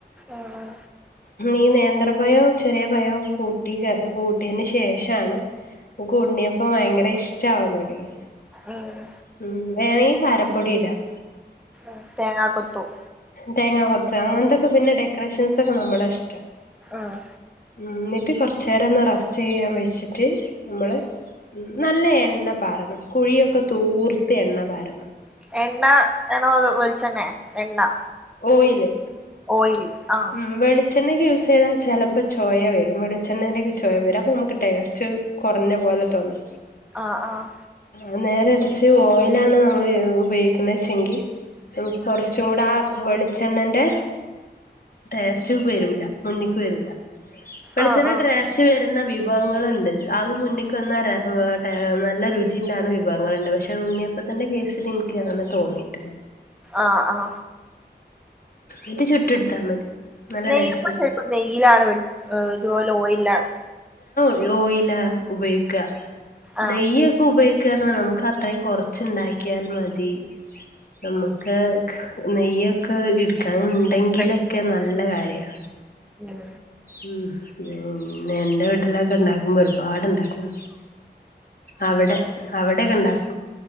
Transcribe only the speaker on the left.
ഈ നേന്ത്ര നേന്ത്രപ്പയോം ചെറിയ പയോം കൂട്ടിക്ക കൂട്ട്യേൻ്റെ ശേഷാണ് മ്മ്ക്ക് ഉണ്ണിയപ്പം ഭയങ്കര ഇഷ്ടമാവാൻ തുടങ്ങി
ഉം വേണെങ്കി കാരപ്പൊടി ഇടാം
തേങ്ങ കൊത്ത് അങ്ങനത്തൊക്കെ പിന്നെ ഡെക്കറേഷൻസൊക്കെ നമ്മളടെ ഇഷ്ടം
ഉം ന്നിട്ട് കൊറച്ച് നേരം ഒന്ന് റസ്റ്റീയ്യാൻ വെച്ചിട്ട് മ്മള് ഉം നല്ല എണ്ണ പാരണം കുഴിയൊക്കെ തൂർത്ത് എണ്ണ പാരണം
ഓയില്
ഉം വെളിച്ചെണ്ണക്കെ യൂസ് ചെയ്താ ചെലപ്പോ ചൊയ വരും വെളിച്ചെണ്ണൻ്റക്കെ ചൊയ വരും അപ്പൊ മ്മുക്ക് ടേസ്റ്റ് കുറഞ്ഞ പോലെ തോന്നും
ആ നേരെറച്ച് ഓയിലാണ് നമ്മള് ഉപയോഗിക്കുന്നേച്ചെങ്കി നമുക്ക് കുറച്ചും കൂടെ ആ വെളിച്ചെണ്ണന്റെ ടേസ്റ്റ് വരൂല്ല മുന്നിക്ക് വരൂല്ല വെളിച്ചെണ്ണ
ഡ്രസ് വരുന്ന വൃ വിഭവങ്ങളുണ്ട് അത് മുന്നിൽക്ക് വന്ന നല്ല രുചിണ്ടാണ് വിഭവങ്ങളുണ്ട് പക്ഷെ ഉണ്ണിയപ്പം അതന്റെ കേസിൽ എനിക്ക് അങ്ങനെ തോന്നിയിട്ടില്ല
അത് ചുട്ടെടുത്താ മതി നല്ല
ടേസ്റ്റ് ഉണ്ടാവും
ഓയിയില ഉപയോഗിക്ക
നെയ്യ ഒക്കെ ഉപയോഗിക്ക കറ നമുക്ക് അത്രയും കുറച്ചുണ്ടാക്കിയാൽ മതി നമുക്ക് നെയ്യൊക്കെ ഇടുക്ക ഉണ്ടെങ്കിലൊക്കെ
നല്ല കാര്യമാണ്.
ഉം പിന്ന എൻന്റെ വീട്ടിലൊക്കെ ഉണ്ടാക്കുമ്പോ ഒരുപാട്ണ്ടാക്കും അവിടെ അവിടെയൊക്കെ ഇണ്ടാക്കും